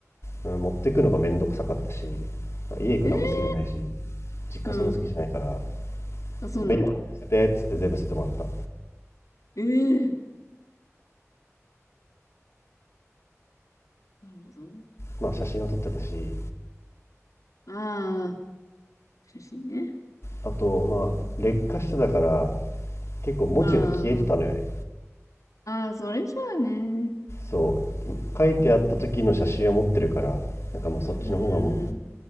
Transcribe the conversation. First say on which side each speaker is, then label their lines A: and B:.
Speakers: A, on the left (about 50°); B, on the left (about 85°).
A: 持ってくのがめんどくさかったし家行くのあんま好きじゃないし
B: えー
A: 実家そんな好きじゃないから
B: うん。あ、そうなんだ。
A: 「いいや捨てて」っつって全部捨ててもらった
B: ええーなるほど。
A: まあ写真を撮ってたし
B: ああ、写真ね。
A: あと、まあ、劣化してたから、結構文字が消えてたのよね。
B: ああ、うんああ、それじゃあね。
A: そう。書いてあった時の写真は持ってるから、
B: うん。
A: なんかまあそっちの方が
B: うんうん